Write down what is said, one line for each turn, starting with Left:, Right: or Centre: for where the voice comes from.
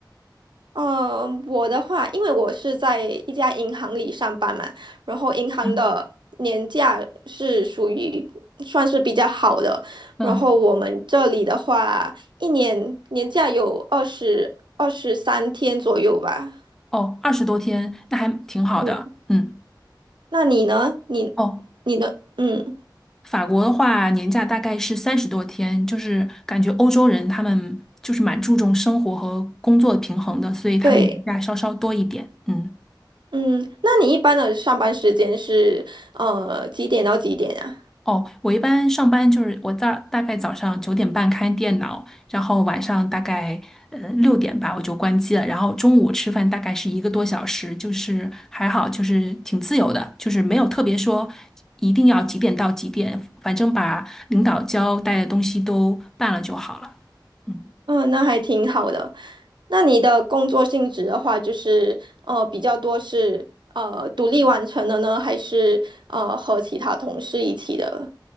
Right: 嗯，我的话，因为我是在一家银行里上班嘛，然后银行的年假是属于算是比较好的，
Centre: 嗯嗯，
Right: 然后我们这里的话，一年年假有二十二十三天左右吧。
Centre: 哦，二十多天，那还挺好的。
Right: 嗯，
Centre: 嗯，
Right: 那你呢？你
Centre: 哦。
Right: 你的，嗯，
Centre: 法国的话，年假大概是三十多天，就是感觉欧洲人他们就是蛮注重生活和工作的平衡的，所以他们年假稍稍多一点。
Right: 对，
Centre: 嗯，
Right: 嗯，那你一般的上班时间是呃几点到几点啊？
Centre: 哦，我一般上班就是我大大概早上九点半开电脑，然后晚上大概呃六点吧我就关机了，然后中午吃饭大概是一个多小时，就是还好，就是挺自由的，就是没有特别说一定要几点到几点，反正把领导交代的东西都办了就好了。嗯。
Right: 嗯，那还挺好的。那你的工作性质的话，就是呃比较多是呃独立完成的呢，还是呃和其他同事一起的？